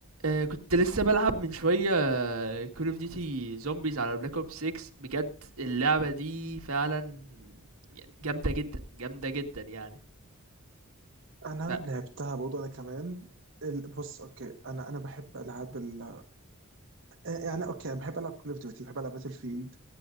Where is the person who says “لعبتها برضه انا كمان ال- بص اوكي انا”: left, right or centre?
Right